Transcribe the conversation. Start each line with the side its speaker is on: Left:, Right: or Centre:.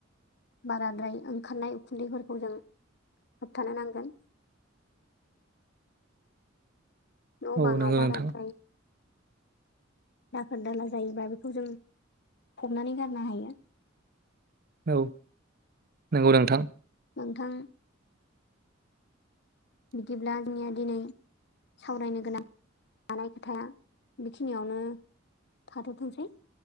Left: बाराद्राय ओंखारनाय उखुनदैफोरखौ जों होबथानो नांगोन।
Right: <inaudible>
Left: न'
Right: औ
Left: बाङाव
Right: नंगौ
Left: बाराद्राय
Right: नोंथां <inaudible>
Left: दाखोर दाला जायोबा बेखौ जों फबनानै गारनो हायो।
Right: औ नंगौ नोंथां।
Left: नोंथां
Right: <inaudible>
Left: बिदिब्ला जोंनिया दिनै सावरायनो गोनां जानाय खोथाया बेखिनियावनो थाथ'थोंसै